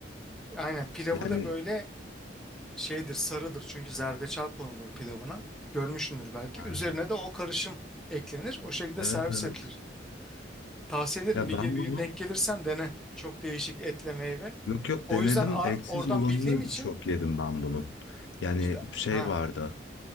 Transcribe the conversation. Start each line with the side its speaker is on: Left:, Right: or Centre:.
Centre: aynen pilavı
Left: Yani
Centre: da böyle şeydir sarıdır çünkü zerdeçal konulur pilavına görmüşsündür belki
Left: ha,
Centre: üzerine de o karışım eklenir o şekilde
Left: evet
Centre: servis
Left: evet.
Centre: edilir tavsiye ederim
Left: Ya
Centre: bir,
Left: ben
Centre: ge- bir
Left: bunun
Centre: gün denk gelirsen dene çok değişik etle meyve
Left: yok yok
Centre: o
Left: denedim.
Centre: yüzden a-
Left: Etsiz
Centre: oradan
Left: olanını
Centre: bildiğim için
Left: çok yedim ben bunun. Yani
Centre: işte
Left: şey
Centre: ha
Left: vardı.